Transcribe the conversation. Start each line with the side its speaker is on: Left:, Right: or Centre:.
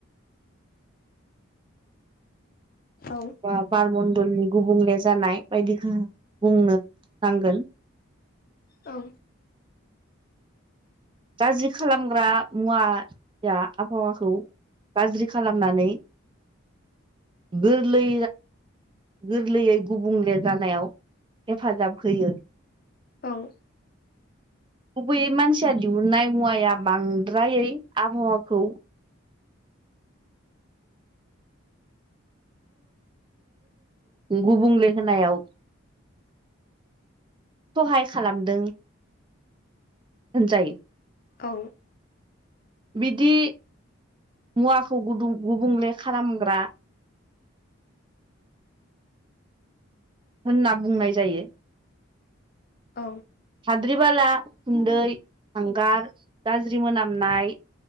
Left: औ
Right: ओ बारमणडलनि गुबुंले जानाय बायदिखौ बुंनो नांगोन।
Left: औ
Right: गाज्रि खालामग्रा मुवाया आबहावाखौ गाज्रि खालामनानै गोरलै गोरलैयै गुबुंले जानायाव हेफाजाब होयो।
Left: औ
Right: गुबैयै मानसिया दिहुननाय मुवाया बांद्रायै आबहावाखौ गुबुंले होनायाव सहाय खालामदों होनजायो।
Left: औ
Right: बिदि मुवाखौ गुदुं गुबुंले खालामग्रा होनना बुंनाय जायो।
Left: औ
Right: हाद्रि बाला गुन्दै हांगार गाज्रि मोनामनाय।